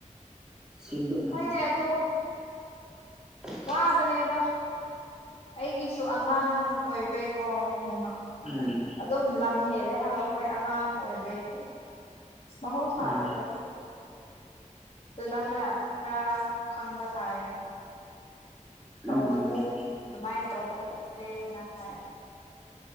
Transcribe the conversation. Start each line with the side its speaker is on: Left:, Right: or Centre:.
Centre: ꯁꯦꯡꯗꯣꯛꯅꯩꯅ
Left: ꯍꯣꯏꯅꯦ ꯑꯗꯣ
Centre: <inaudible>
Left: ꯋꯥꯕꯅꯦꯗ ꯑꯩꯒꯤꯁꯨ ꯑꯉꯥꯡ ꯑꯣꯏꯕꯩꯀꯣ ꯅꯨꯡꯉ
Centre: ꯎꯝ
Left: ꯑꯗꯨꯝ ꯂꯝ ꯍꯦꯜꯂꯦ ꯍꯥꯏꯕ ꯃꯣꯏ ꯑꯉꯥꯡ ꯑꯣꯏꯕꯩꯅꯦ ꯃꯍꯧꯁꯥꯅꯗꯗꯤ
Centre: ꯑ
Left: ꯗꯣ ꯅꯪꯅ ꯈꯔ ꯈꯪꯕ ꯇꯥꯔꯦꯅꯦ
Centre: ꯎꯝ
Left: ꯇꯧꯕꯅꯨ ꯑꯗꯨꯃꯥꯏꯅ ꯇꯧꯕ ꯐꯠꯇꯦꯅ ꯍꯥꯏ